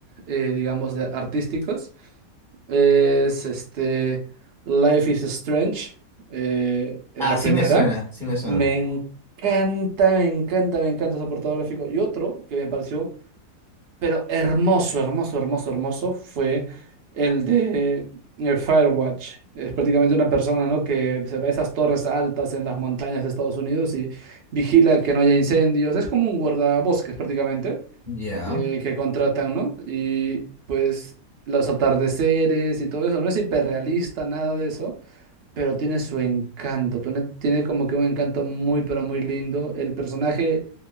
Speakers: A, on the right; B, in the centre.
A: eh, digamos, de artísticos es este Life is Strange, eh, es
B: Ah,
A: la
B: sí
A: primera.
B: me suena, sí me suena.
A: Me encanta, me encanta, me encanta ese apartado gráfico. Y otro que me pareció, pero hermoso, hermoso, hermoso, hermoso, fue el de eh, Firewatch. Es prácticamente una persona, ¿no? Que se va a esas torres altas en las montañas de Estados Unidos y vigila que no haya incendios. Es como un guardabosques prácticamente
B: Ya.
A: eh, que contratan, ¿no? Y pues los atardeceres y todo eso. No es hiperrealista, nada de eso pero tiene su encanto, tiene, tiene como que un encanto muy, pero muy lindo. El personaje,